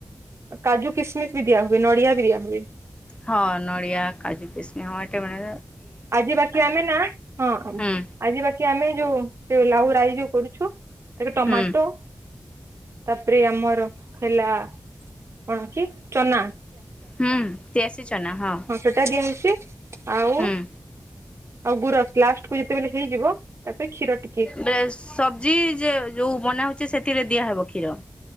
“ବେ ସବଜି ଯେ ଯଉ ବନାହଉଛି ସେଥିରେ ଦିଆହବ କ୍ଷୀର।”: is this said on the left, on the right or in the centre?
Left